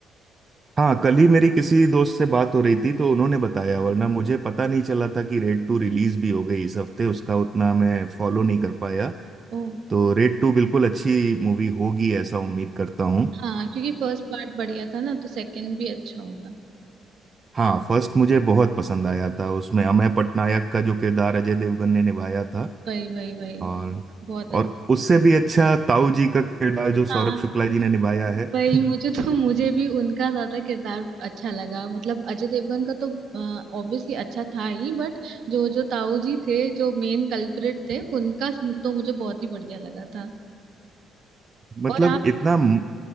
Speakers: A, on the right; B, on the right.
A: हाँ कल ही मेरी किसी दोस्त से बात हो रही थी तो उन्होंने बताया वरना मुझे पता नहीं चला था कि रेड टू रिलीज भी हो गई इस हफ्ते उसका उतना मैं फॉलो नहीं कर पाया
B: ओ
A: तो रेड टू बिल्कुल अच्छी मूवी होगी ऐसा उम्मीद करता हूँ
B: हाँ क्योंकि फर्स्ट पार्ट बढ़िया था ना तो सेकंड भी अच्छा होगा
A: हाँ फर्स्ट मुझे बहुत पसंद आया था उसमें अमय पटनायक का जो किरदार अजय देवगन ने निभाया था
B: वही वही वही
A: और
B: बहुत अच्छा
A: और उससे भी अच्छा ताऊ जी का किरदार जो
B: हाँ
A: सौरभ शुक्ला जी ने निभाया है
B: वही
A: <laughs>
B: मुझे तो मुझे भी उनका ज्यादा किरदार अच्छा लगा मतलब अजय देवगन का तो ऑब्वियसली अच्छा था ही बट जो जो ताऊ जी थे जो मेन कल्प्रिट थे उनका तो मुझे बहुत ही बढ़िया लगा था
A: मतलब
B: और आप
A: इतना म-